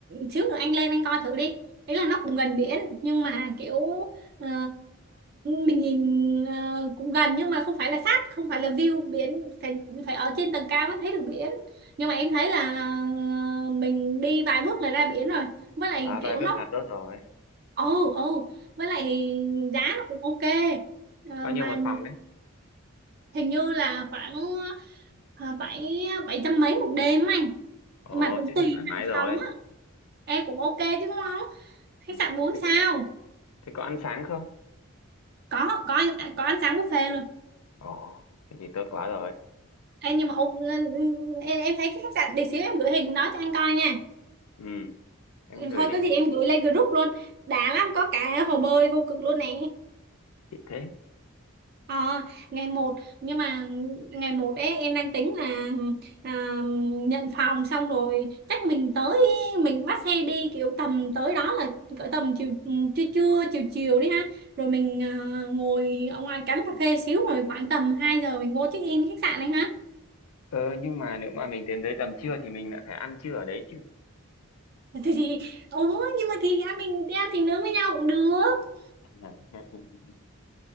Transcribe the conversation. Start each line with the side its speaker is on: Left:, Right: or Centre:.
Right: xíu nữa anh lên anh coi thử đi ý là nó cũng gần biển nhưng mà kiểu ờ, mình nhìn ờ, cũng gần nhưng mà không phải là sát không phải là view biển phải phải ở trên tầng cao mới thấy được biển nhưng mà em thấy là ờ, mình đi vài bước là ra biển rồi với lại
Left: À, vài
Right: kiểu
Left: bước
Right: nó
Left: là tốt rồi.
Right: Ồ, ồ, với lại giá nó cũng ok. Ờ,
Left: Bao
Right: mà
Left: nhiêu một phòng đấy?
Right: hình như là khoảng ờ, bảy bảy trăm mấy một đêm á anh.
Left: Ồ,
Right: Mà cũng
Left: thế
Right: tùy
Left: thì thoải mái
Right: hạng
Left: rồi.
Right: phòng á. Ê cũng ok chứ đúng không? Khách
Left: Ừ.
Right: sạn 4
Left: Thế
Right: sao.
Left: có, thế có ăn sáng không?
Right: Có có ăn- có ăn sáng buffet luôn.
Left: Ồ, thế thì tốt quá rồi.
Right: Ê, nhưng mà ok, em, em thấy cái khách sạn để xíu em gửi hình đó cho anh coi nha.
Left: Ừ, em
Right: Ừ,
Left: gửi
Right: Thôi
Left: đi.
Right: có gì em gửi lên group luôn. Đã lắm có cả hồ bơi vô cực luôn nè.
Left: chị thế.
Right: Ờ, ngày một nhưng mà ngày một ấy em đang tính là à, nhận phòng xong rồi chắc mình tới mình bắt xe đi kiểu tầm tới đó là cỡ tầm chiều ừ, trưa trưa chiều chiều đi ha rồi mình à, ngồi ở ngoài cánh cà phê xíu rồi khoảng tầm 2 giờ mình vô check in khách sạn anh ha
Left: Ờ, nhưng mà nếu mà mình đến tới tầm trưa thì mình lại phải ăn trưa ở đấy chứ.
Right: <laughs> thì thì ủa nhưng mà thì anh mình đi ăn thì nướng với nhau cũng được
Left: <laughs>